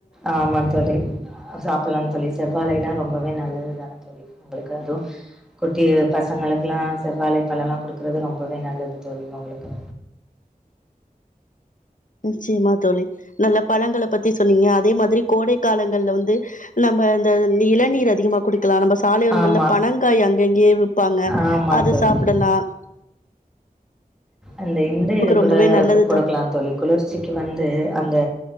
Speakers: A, in the centre; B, on the left.
A: ஆமாம் தோழி சாப்பிடலாம்னு தோழி செவ்வலைய ரொம்பவே நல்லதுதான தோழி உங்களுக்கு அதுவும் குட்டி பசங்களுக்குல்லாம் செவ்வாழை பழ எல்லாம் குடுக்குறது ரொம்பவே நல்லது தோழி உங்களுக்கு
B: நிச்சயமா தோழி நல்ல பழங்கள பத்தி சொன்னீங்க அ அதே மாதிரி கோடை காலங்கள்ல வந்து நம்ம இந்த இளநீர் அதிகமா குடி க்கலாம் நம்ம சாலையோரங்கள்ல
A: ஆமா
B: பனங்காய் அங்கங்கே ப்பாங்க
A: ஆமா
B: அது
A: தோழி
B: சாப்புடலாம்
A: அந்த இந்த இது கூட
B: ரொம்பவே நல்லது
A: குடுக்கலா
B: த
A: தோழி குளிர்ச்சி வந்து அந்த